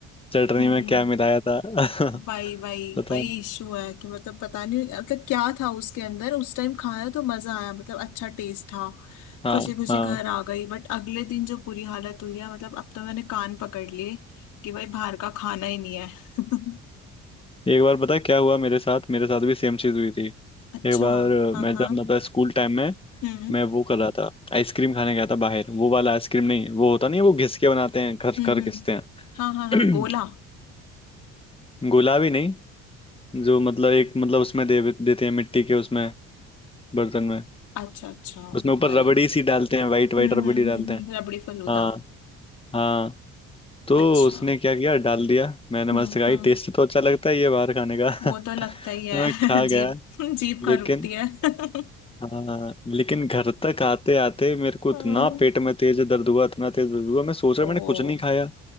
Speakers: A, on the left; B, on the left.
A: चटनी
B: हम्म
A: में क्या मिलाया था <laughs>
B: वही वही
A: पता
B: वही
A: नहीं।
B: इशू है कि मतलब पता नहीं मतलब क्या था उसके अंदर उस टाइम खाया तो मजा आया मतलब अच्छा टेस्ट था
A: हाँ
B: खुशी खुशी
A: हाँ
B: घर आ गई बट अगले दिन जो बुरी हालत हुई है मतलब अब तो मैंने कान पकड़ लिए कि भाई बाहर का खाना ही नहीं है <laughs>
A: एक बार पता है क्या हुआ मेरे साथ मेरे साथ भी सेम चीज हुई थी
B: अच्छा
A: एक बार अ,
B: हाँ
A: मैं
B: हाँ
A: जब मतलब स्कूल टाइम में
B: हम्म
A: मैं वो कर रहा था आइसक्रीम खाने गया था बाहर वो वाला आइसक्रीम नहीं वो होता नहीं है, वो घिस के बनाते हैं घर
B: हम्म
A: घर
B: हम्म
A: घिसते
B: हाँ हाँ
A: हैं
B: हाँ गोला
A: <clears throat> गुलाबी नहीं जो मतलब एक मतलब उसमें दे देते हैं मिट्टी के उसमें बर्तन में
B: अच्छा अच्छा
A: उसमें
B: वो
A: ऊपर
B: वाली
A: रबड़ी सी डालते हैं वाइट वाइट
B: हम्म
A: रबड़ी
B: हम्म
A: डालते
B: हम्म
A: हैं
B: हम्म, रबड़ी फलूदा
A: हाँ हाँ तो
B: अच्छा
A: उसने क्या किया डाल दिया मैंने
B: हम्म
A: मस्त खाई
B: हम्म
A: टेस्ट तो अच्छा लगता है ये बाहर खाने का
B: वो
A: <laughs>
B: तो लगता ही है
A: तो मैं खा
B: <laughs>
A: गया
B: जीप जीप
A: लेकिन
B: कहाँ रुकती है <laughs>
A: हाँ लेकिन घर तक आते आते मेरे को इतना
B: हाँ,
A: पेट में तेज दर्द हुआ इतना तेज दर्द हुआ मैं सोच रहा
B: ओ
A: मैंने कुछ नहीं खाया